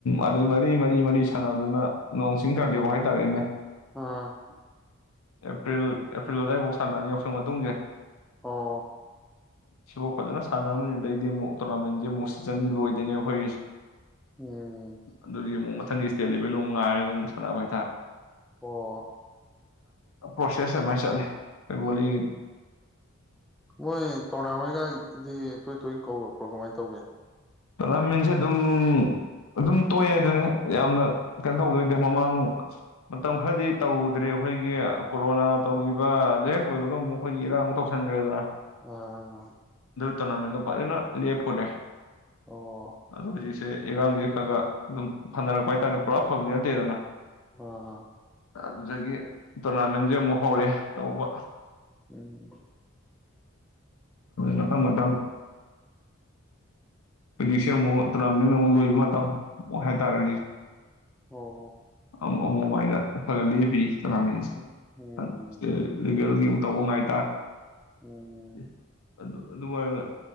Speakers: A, on the left; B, in the centre.
A: ꯑꯗꯩ ꯃꯔꯤ ꯃꯔꯤ ꯃꯔꯤ ꯁꯥꯟꯅꯗꯨꯅ ꯅꯣꯡ ꯆꯤꯡ ꯇꯥꯔꯗꯤ ꯊꯦꯡꯗꯥꯗꯣꯏꯅꯦ
B: ꯑꯥ
A: <inaudible> ꯑꯦꯄ꯭ꯔꯤꯜ ꯑꯦꯄ꯭ꯔꯤꯜ ꯑꯗꯨꯋꯥꯏꯐꯥꯎ ꯁꯥꯟꯅꯔꯅꯤ ꯌꯥꯎꯁꯪ ꯃꯇꯨꯡꯁꯦ
B: ꯑꯣ
A: ꯁꯤꯐꯥꯎ ꯐꯖꯅ ꯁꯥꯟꯅꯔꯝꯒꯅꯤ ꯑꯗꯩꯗꯤ ꯑꯃꯨꯛ ꯇꯣꯔꯅꯥꯃꯦꯟꯁꯦ ꯑꯃꯨꯛ ꯁꯤꯖꯟꯅꯤ ꯂꯣꯏꯗꯣꯏꯅꯦ ꯑꯩꯈꯣꯏ
B: ꯎꯝ
A: ꯑꯗꯨꯒꯤ ꯃꯨꯛ ꯃꯊꯪꯒꯤ ꯏꯁꯇꯦꯠ ꯂꯦꯕꯦꯜꯗꯨ ꯉꯥꯏꯔꯒ ꯑꯃꯨꯛ ꯁꯥꯟꯅꯕ ꯍꯥꯏꯇꯥꯔꯦ
B: ꯑꯣ
A: ꯄꯣꯁꯦꯁ ꯃ ꯆꯠꯂꯦ ꯑꯩꯈꯣꯏ ꯚꯣꯂꯤ
B: ꯎꯝ ꯃꯣꯏ ꯇꯣꯔꯅꯃꯦꯟꯅ ꯒꯥꯏꯗꯨꯗꯤ ꯇꯣꯏ ꯇꯣꯏꯅ ꯀꯧꯔꯛꯄ꯭ꯔꯣ ꯀꯃꯥꯏ ꯇꯧꯒꯦ
A: ꯇꯣꯔꯅꯥꯃꯦꯟꯁꯦ ꯑꯗꯨꯝ ꯑꯗꯨꯝ ꯇꯣꯛꯑꯦ ꯑꯗꯨꯅꯤ ꯌꯥꯝꯅ ꯀꯩꯅꯣ ꯇꯧꯗꯣꯏꯗꯤ ꯃꯃꯥꯡ ꯃꯇꯝ ꯈꯔꯗꯤ ꯇꯧꯗ꯭ꯔꯦ ꯑꯩꯈꯣꯏꯒꯤ ꯀꯣꯔꯣꯅꯥ ꯇꯧꯈꯤꯕ ꯑꯗꯨ ꯍꯦꯛ ꯑꯣꯏꯕꯒ ꯑꯃꯨꯛ ꯑꯩꯈꯣꯏꯒꯤ ꯏꯔꯥꯡ ꯇꯧꯁꯟꯈ꯭ꯔꯦꯗꯅ
B: ꯑꯥ
A: ꯇꯣꯔꯅꯃꯦꯟꯗꯣ ꯐꯖꯅ ꯂꯦꯞꯄꯨꯔꯦ
B: ꯑꯣ
A: ꯑꯗꯣ ꯍꯧꯖꯤꯛꯁꯦ ꯏꯔꯥꯡꯁꯦ ꯈꯔ ꯈꯔ ꯑꯗꯨꯝ ꯐꯅꯔꯛꯄ ꯍꯥꯏꯇꯥꯔꯦ ꯄꯨꯔꯥ ꯐꯕꯗꯤ ꯅꯠꯇꯦꯗꯅ
B: ꯑꯥ
A: ꯑꯗꯨꯗꯒꯤ ꯇꯣꯔꯅꯥꯃꯦꯟꯁꯦ ꯑꯃꯨꯛ ꯍꯧꯔꯦ ꯇꯧꯕ
B: ꯎꯝ
A: ꯃꯊꯪ ꯃꯊꯪ ꯍꯨꯖꯤꯁꯦ ꯃꯨꯛ ꯇꯣꯔꯅꯥꯃꯦꯟ ꯑꯃꯨꯛ ꯂꯣꯏꯕ ꯃꯇꯝ ꯍꯥꯏꯇꯥꯔꯦ
B: ꯑꯣ
A: ꯑꯃꯨꯛ ꯑꯃꯨꯛꯃꯥꯏꯗ ꯈꯔꯒ ꯂꯦꯞꯄꯤ ꯇꯣꯔꯅꯃꯦꯟ ꯏ꯭ꯁꯇꯦꯠ
B: ꯎꯝ ꯎꯝ
A: ꯂꯦꯚꯦꯜꯒꯤ ꯇꯧꯕꯨꯡ ꯉꯥꯏꯇꯔꯦ ꯑꯨꯝ
B: ꯎꯝ
A: ꯑꯗꯨ ꯑꯗꯨ ꯍꯥꯏꯔꯒ